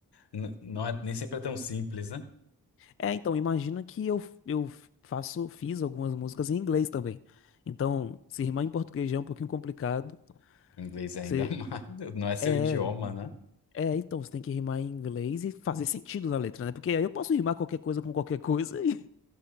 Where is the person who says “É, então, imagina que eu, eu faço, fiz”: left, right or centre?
Left